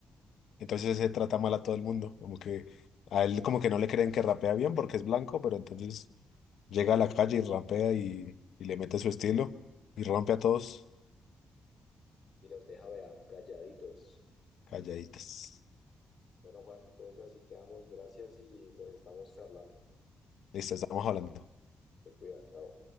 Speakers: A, on the left (about 75°); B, on the left (about 45°).
A: Entonces se trata mal a todo el mundo. Como que a él como que no le creen que rapea bien porque es blanco, pero entonces llega a la calle y rapea y, y le mete su estilo y rompe a todos
B: Y los deja, vea, calladitos.
A: calladitas.
B: Bueno, Juan, entonces así quedamos. Gracias y nos estamos charlando.
A: Listo, estamos hablando.
B: Se cuida, chao.